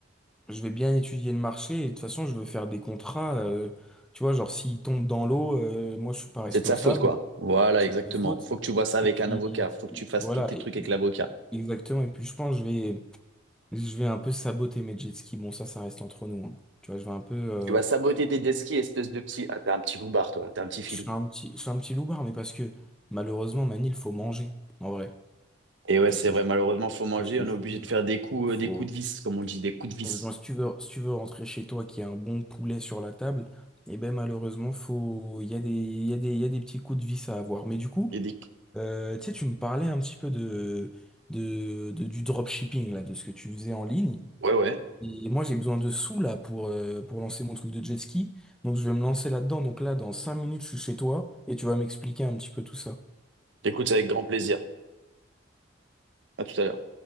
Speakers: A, in the centre; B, on the right (about 80°).
A: je vais bien étudier le marché, et de toute façon, je veux faire des contrats. euh, tu vois, genre, s'ils tombent dans l'eau, euh, moi, je suis pas responsable,
B: C'est de sa faute, quoi. Voilà,
A: c'est
B: exactement.
A: de sa faute.
B: Faut que tu vois ça avec
A: Et puis,
B: un avocat, faut que tu fasses
A: voilà.
B: tous tes
A: Et
B: trucs
A: puis,
B: avec l'avocat.
A: Exactement, et puis je pense que je vais, je vais un peu saboter mes jet skis. Bon, ça, ça reste entre nous. hein. Tu vois, je vais un peu. euh,
B: Tu vas saboter tes jet skis, espèce de petit. Ah, t'es un petit loupard, toi, t'es un petit filou.
A: je suis un petit, je suis un petit loubard, mais parce que malheureusement, Manil, il faut manger, en vrai.
B: Et ouais,
A: Tu
B: c'est
A: vois ce que
B: vrai,
A: je, tu
B: malheureusement, faut manger,
A: vois ce que
B: on
A: je
B: est obligé
A: veux dire?
B: de faire des coups,
A: Faut...
B: euh, des coups de vis, comme on dit, des coups de vis.
A: Malheureusement, Si tu veux, si tu veux rentrer chez toi, qu'il y a un bon poulet sur la table, et ben malheureusement, faut... il y a des, il y a des, il y a des petits coups de vis à avoir. Mais du coup,
B: Et des...
A: euh, tu sais, tu me parlais un petit peu de, de, de- du dropshipping, là, de ce que tu faisais en ligne.
B: Ouais, ouais,
A: Et moi, j'ai besoin de sous là pour, euh, pour lancer mon truc de jet ski. Donc, je vais me lancer là-dedans. Donc, là, dans 5 minutes, je suis chez toi et tu vas m'expliquer un petit peu tout ça.
B: écoute, avec grand plaisir. À tout à l'heure.